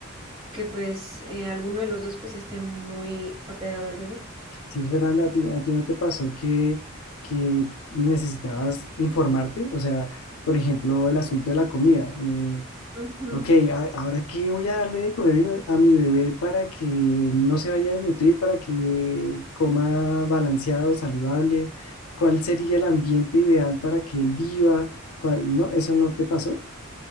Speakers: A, on the right; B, on the left.
A: que pues eh, alguno de los dos pues esté muy apegado al bebé.
B: sí, Fernanda, a ti, a ti no te pasó que, que necesitabas informarte, o sea, por ejemplo, el asunto de la comida. eh,
A: Ujú.
B: Ok, a- ahora qué voy a darle de comer a mi a mi bebé para que no se vaya a desnutrir, para que coma balanceado, saludable. ¿Cuál sería el ambiente ideal para que él viva? ¿Cuál- No, ¿eso no te pasó?